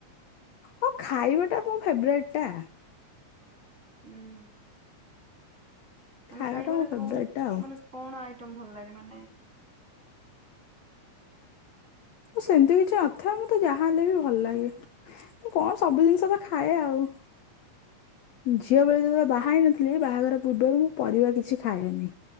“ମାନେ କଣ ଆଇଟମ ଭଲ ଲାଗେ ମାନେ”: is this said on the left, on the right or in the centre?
Right